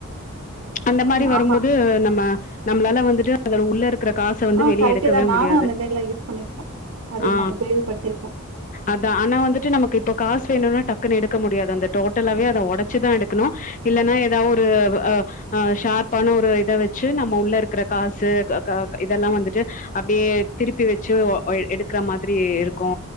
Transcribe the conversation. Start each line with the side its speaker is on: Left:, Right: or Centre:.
Left: அந்த மாரி
Right: ம்
Left: வரும்போது
Right: ஆமா.
Left: நம்ம நம்மளாலா வந்துட்டு அதுல உள்ள இரு க்கிற காச வந்து
Right: ஆ
Left: வெளிய
Right: கரெக்ட்டு
Left: எடுக்கவே
Right: தான். நானும்
Left: முடியாது
Right: அந்த மாரிலாம் யூஸ் பண்ணிருக்கோம். அதிகமா
Left: ஆ
Right: உபயோகப்படுத்திருக்கோம்.
Left: அதா ஆனா வந்துட்டு நமக்கு இப்ப காசு வேணும்னா டக்குன்னு எடுக்க முடியாது அந்த டோட்டலாவே அத உடைச்சுதா எடுக்கணு இல்லைன்னா ஏதாவது ஒரு ஆ அ ஷார்ப்பான ஒரு இத வச்சு நம்ம உள்ள இருக்கிற காசு க க இதெல்லா வந்துட்டு அப்படியே திருப்பி வச்சு ஒ அ எடுக்கற மாதிரி இருக்கு